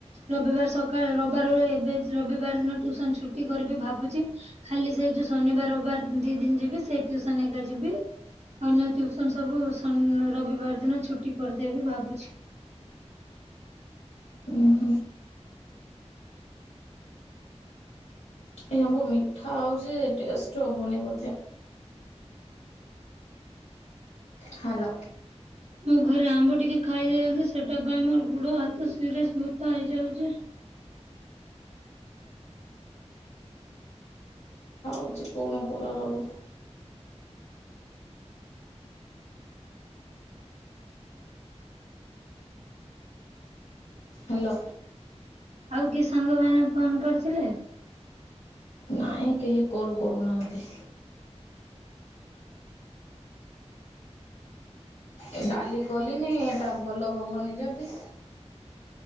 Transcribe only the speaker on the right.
ରବିବାର ସକାଳେ ରବିବାର ଏବେ ରବିବାର ଦିନ ଟ୍ୟୁସନ ଛୁଟି କରିବି ଭାବୁଚି, ଖାଲି ସେ ଯୋଉ ଶନିବାର ରବିବାର ଦି ଦିନ ଯିବି, ସେଇ ଟ୍ୟୁସନ୍ ହେଇକା ଯିବି। ଅନ୍ୟ ଟ୍ୟୁଉସନ ସବୁ ଶନ ରବିବାର ଦିନ ଛୁଟି କରିଦେବି ଭାବୁଛି।
ମୁଁ ଘରେ ଆମ୍ବ ଟିକେ ଖାଇ ଦେଉଛି ସେଟା ପାଇଁ ମୋର ଗୋଡ, ହାତ ସିରିୟେସ୍ ବୁଥା ହେଇଯାଉଛି।
ଆଉ କିଏ ସାଙ୍ଗ ମାନେ ଫୋନ କରିଥିଲେ?